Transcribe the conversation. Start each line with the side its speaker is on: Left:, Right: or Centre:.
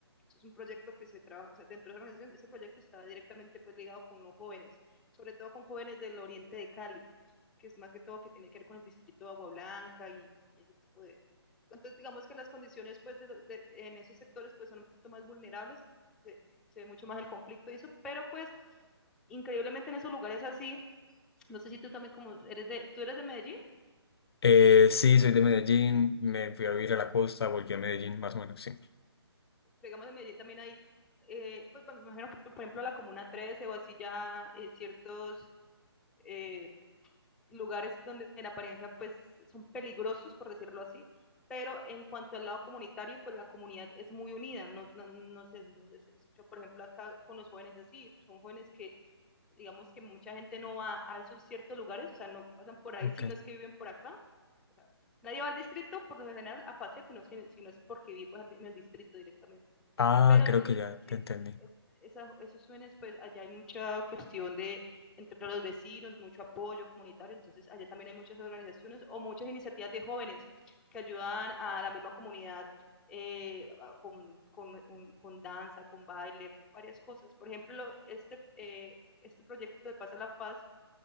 Centre: Es un proyecto que se trabaja, o sea, dentro de la organización, ese proyecto está directamente pues ligado con los jóvenes, sobre todo con jóvenes del oriente de Cali, que es más que todo que tiene que ver con el distrito de Agua Blanca y, y ese tipo de... Entonces, digamos que las condiciones pues de, de, en esos sectores pues son un poquito más vulnerables, se, se ve mucho más el conflicto y eso, pero pues increíblemente en esos lugares así, no sé si tú también, como eres de, tú eres de Medellín,
Left: Eh, sí, soy de Medellín, me fui a vivir a la costa, volví a Medellín, más o menos, sí.
Centre: digamos de Medellín también hay, eh, pues me imagino que, pues, por ejemplo, la Comuna 13 o así ya eh, ciertos eh, lugares donde en apariencia pues son peligrosos, por decirlo así, pero en cuanto al lado comunitario, pues la comunidad es muy unida, no, no, no sé, no sé si se escucha, por ejemplo, acá con los jóvenes así, son jóvenes que digamos que mucha gente no va a esos ciertos lugares, o sea, no pasan por ahí
Left: Ok.
Centre: si no es que viven por acá. O sea, nadie va al distrito por lo general a pasear, sino, sino es porque vive pues, en el distrito directamente.
Left: Ah,
Centre: Pero
Left: creo
Centre: entonces,
Left: que ya te
Centre: es,
Left: entendí.
Centre: es, esa, esos jóvenes, pues allá hay mucha cuestión de entre los vecinos, mucho apoyo comunitario, entonces allá también hay muchas organizaciones o muchas iniciativas de jóvenes que ayudan a la misma comunidad eh, con, con, un, con, danza, con baile, varias cosas. Por ejemplo, este, eh, este proyecto de Paz a la Paz